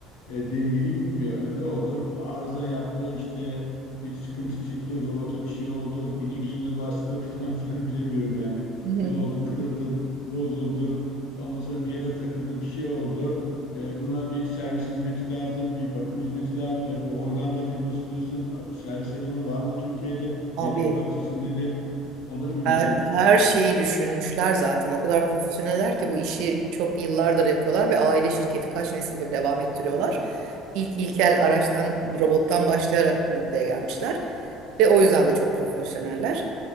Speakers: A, on the left (about 85°); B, on the right (about 75°).
A: e, dengeli gitmiyor. E, ne oldu? Bu arıza yaptı, işte bir sıkıntı çıktı, robota bir şey oldu, inek üstüne bastı <laughs> falan filan bilemiyorum yani.
B: Hı.
A: Ne oldu? Kırıldı, bozuldu. Ondan sonra bir yere takıldı, bir şey oldu. E, buna bir servis hizmeti lazım, bir bakım hizmeti lazım. E, bu Hollanda firması diyorsun, servis elemanı var mı Türkiye'de?
B: Abi
A: Yedek parçası nedir? Onları bir
B: her,
A: merak ettim.
B: her şeyi düşünmüşler zaten. O kadar profesyoneller ki bu işi çok yıllardır yapıyorlar ve aile şirketi kaç nesildir devam ettiriyorlar. İlk ilkel araçtan, robottan başlayarak bu noktaya gelmişler. Ve o yüzden de çok profesyoneller.